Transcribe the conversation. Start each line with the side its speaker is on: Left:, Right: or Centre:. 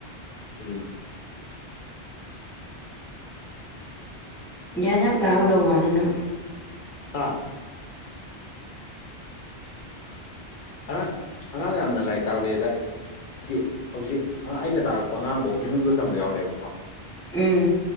Left: ꯇꯨꯒꯤꯅꯤ
Centre: ꯒ꯭ꯌꯥꯟ ꯌꯥꯝ ꯇꯒꯗꯧ ꯃꯥꯂꯦ ꯅꯪ
Left: ꯑꯥ
Centre: <inaudible>
Left: ꯑꯉꯥꯡ ꯑꯉꯥꯡ ꯌꯥꯝꯅ ꯂꯥꯏꯔꯤꯛ ꯇꯥꯛꯂꯛ ꯑꯦꯗ ꯑꯩ ꯍꯥꯏꯗꯤ ꯍꯧꯖꯤꯛ ꯑꯩꯅ ꯇꯥꯔꯛꯄ ꯑꯉꯥꯡꯐꯧ ꯑꯦꯝ ꯌꯨꯗ ꯇꯝꯕ ꯌꯥꯎꯔꯦꯕꯀꯣ
Centre: ꯎꯝ